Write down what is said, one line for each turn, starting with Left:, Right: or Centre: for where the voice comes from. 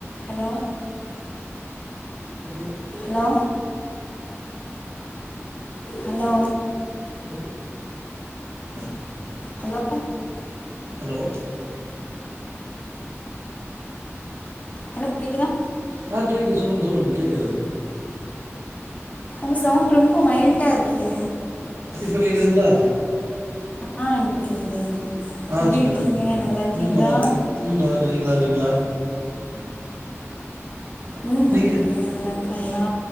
Left: Hello
Right: ஓகேக்கா
Left: hello hello
Right: okay கா
Left: hello
Right: hello
Left: hello கேக்குதா
Right: ஆ கேக்குது சொல்லுங்க சொல்லுங்க கேக்குது
Left: உங்க சவுண்ட் ரொம்ப மைல்டா இருக்கு
Right: இப்ப கேக்குதுங்ளா
Left: ஆ இப்ப கேக்குதே
Right: ஆ
Left: எப்டி
Right: சொல்லுங்கள்
Left: இருக்கீங்க நல்லா இருக்கீங்களா
Right: ம் நல்லாயிருக்கு ம் ஓகே நீங்க நல்லா இருக்கீங்களா
Left: ம்
Right: நீங்கள்
Left: எப்டிண்ணே நல்லா இருக்காங்களா